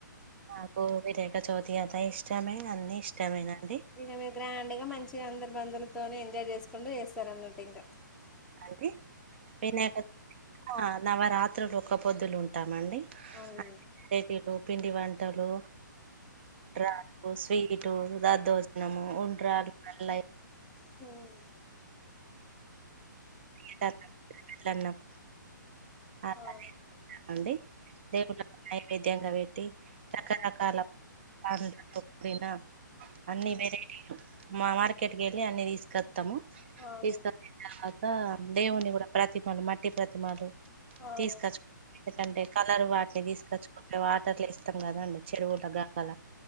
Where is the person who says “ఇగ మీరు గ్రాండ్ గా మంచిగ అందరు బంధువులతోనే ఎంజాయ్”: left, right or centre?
Centre